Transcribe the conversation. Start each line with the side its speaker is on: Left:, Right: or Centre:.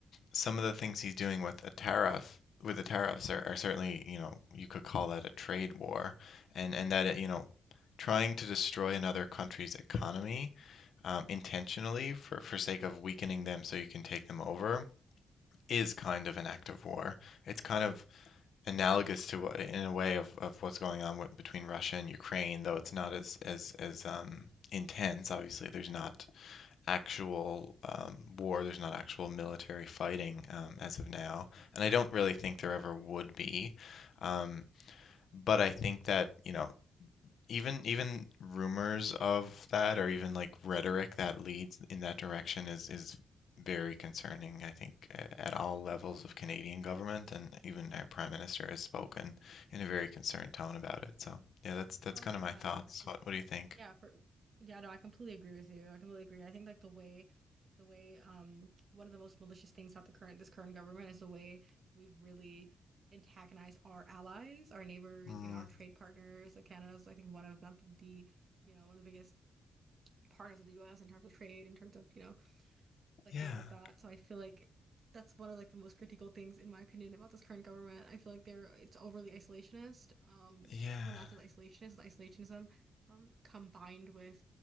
Left: some of the things he's doing with a tariff with the tariffs are, are certainly, you know, you could call that a trade war, and and that it, you know, trying to destroy another country's economy um, intentionally for for sake of weakening them so you can take them over is kind of an act of war. It's kind of analogous to in a way of, of what's going on with, between Russia and Ukraine, though it's not as as as um, intense. Obviously, there's not actual um, war. There's not actual military fighting um, as of now, and I don't really think there ever would be. Um, but I think that, you know, even even rumors of that or even like rhetoric that leads in that direction is is very concerning, I think, a- at all levels of Canadian government, and even our Prime
Right: Mm-hmm.
Left: Minister has spoken in a very concerned tone about it. So, yeah, that's that's
Right: Oh
Left: kind
Right: yeah,
Left: of my thoughts.
Right: no, for sure.
Left: What what do you think?
Right: Yeah, for yeah, no, I completely agree with you. I completely agree. I think like the way the way um one of the most malicious things about the current this current government is the way we've really antagonized our allies, our neighbors,
Left: Mm,
Right: you know, our trade partners. Like Canada's I think one of not the you know, one of the biggest partners of the US in terms of trade, in terms of, you know, like
Left: yeah,
Right: things like that. So I feel like that's one of like the most critical things in my opinion about this current government. I feel like they're it's overly isolationist, um,
Left: yeah.
Right: but not just isolationist, it's isolationism, um, combined with